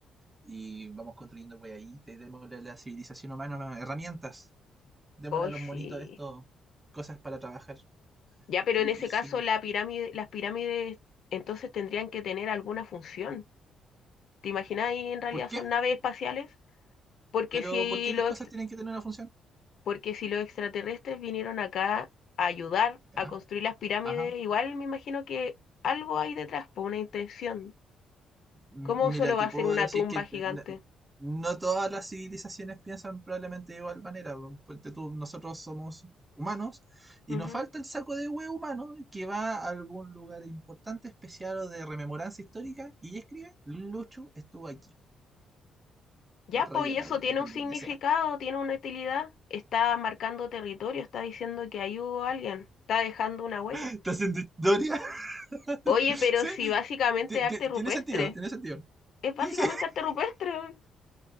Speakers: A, on the right (about 20°); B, on the left (about 65°).
A: y vamos construyendo weaditas y démosle a la civilización humana herramientas. Démosle
B: Hoy
A: a los
B: sí.
A: monitos esto, cosas para trabajar.
B: Ya, pero
A: Qué
B: en
A: rígido.
B: ese caso la pirámide, las pirámides entonces tendrían que tener alguna función. ¿Te imaginas ahí en realidad
A: ¿Por qué?
B: son naves espaciales? Porque
A: Pero
B: si
A: ¿por qué otras
B: los,
A: cosas
B: ext-
A: tienen que tener una función?
B: porque si los extraterrestres vinieron acá a ayudar
A: Ya,
B: a construir las pirámides,
A: ajá.
B: igual me imagino que algo hay detrás, por una intención.
A: Mira,
B: ¿Cómo solo
A: te
B: va a
A: puedo
B: ser una
A: decir
B: tumba
A: que n-
B: gigante?
A: no no todas las civilizaciones piensan probablemente de igual manera. Porque tú, nosotros somos humanos y
B: Ujú.
A: nos falta el saco de huevo humano que va a algún lugar importante, especial o de rememoranza histórica y escribe, Lucho estuvo aquí.
B: Ya,
A: Raya
B: pues, y
A: la
B: eso
A: wea
B: tiene
A: con
B: un significado,
A: lo que sea.
B: tiene una utilidad. Está marcando territorio, está diciendo que ahí hubo alguien, está dejando una huella.
A: <laughs> ¿Estás haciendo historia? <laughs>
B: Oye, pero
A: Sí,
B: si básicamente
A: ti-
B: arte
A: ti-
B: rupestre,
A: tiene sentido, tiene sentido.
B: es básicamente
A: Sí, sí.
B: arte rupestre. weón.